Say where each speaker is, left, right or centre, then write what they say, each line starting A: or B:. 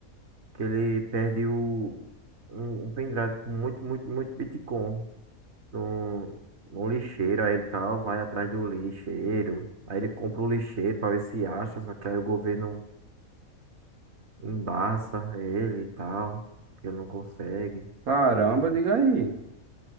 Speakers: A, on the right; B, on the right.
A: Que ele perde o, um, um pendrive com muito, muito, muito Bitcoin. no, no lixeiro, aí ele tal, vai atrás do lixeiro. Aí ele compra o lixeiro pra ver se acha, só que aí o governo embaça ele e tal, porque ele não consegue.
B: Caramba, diga aí.